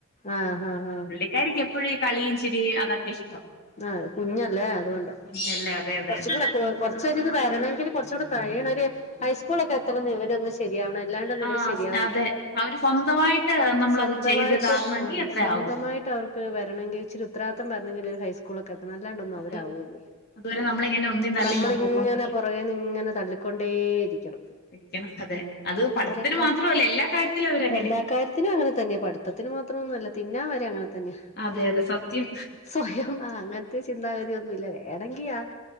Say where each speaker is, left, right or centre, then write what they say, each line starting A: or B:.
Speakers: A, on the left; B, on the left.
A: ആഹ് ആഹ് ആഹ്
B: പിള്ളേർക്ക് എപ്പോഴും കളി ചിരി അതൊക്കെ ഇഷ്ടം
A: അഹ് കുഞ്ഞല്ലേ അതുകൊണ്ട്
B: കുഞ്ഞല്ലേ അതെ അതെ
A: കുറച്ച
B: അതെ
A: കിടക്ക കുറച്ച ഇത് വരണമെങ്കിൽ കുറച്ചുകൂടെ കഴിയണ ഒരു ഹൈസ്കൂൾ ഒക്കെ എത്തണം ഇവരൊന്ന് ശേ ശരിയാവണം അല്ലാണ്ടന്ന്
B: ആഹ്
A: ഇവര് ശരിയാവില്ല
B: അതെ അവര് സ്വന്തമായിട്ട് നമ്മളത്
A: സ്വന്തമായിട്ട്
B: ചെയ്ത് ഇതാകണമെങ്കിൽ
A: അഹ്
B: എത്ര
A: സ്വന്തമായി
B: ആകും
A: ട്ട് അവർക്ക് വരണെങ്കി ഇച്ചിരി ഉത്തരവാദിത്യം വരാണെങ്കിൽ ഹൈ സ്കൂൾ ഒക്കെ എ എല്ലാണ്ടൊന്നും
B: അത്
A: അവരാവുള്ളൂ
B: അതുവരെ നമ്മളിങ്ങനെ ഒന്നിനും തള്ളിയും
A: നമ്മളിങ്ങനെ
B: കൊണ്ടുപോയിക്കൊണ്ടിരിക്കും
A: പുറകേ ഇങ്ങനെ തള്ളിക്കൊണ്ടേയിരിക്കണം
B: ഇരിക്കണം അതെ അത് പഠിപ്പിന്
A: അവരൊക്കെ
B: മാത്രല്ല എല്ലാ കാര്യത്തിലും അവരെ
A: എല്ലാ കാര്യത്തിനും അങ്ങനെ തന്നെ പഠി മൊത്തത്തിൽ മാത്രല്ല ഒന്നുല്ല തിന്നാ വരെ അങ്ങനെ തന്നെ
B: അതെ അതെ സത്യം
A: സ്വയം അഹ് അങ്ങനത്തെ ചിന്താഗതി ഒന്നുല്ല വേണെങ്കിൽ ആഹ്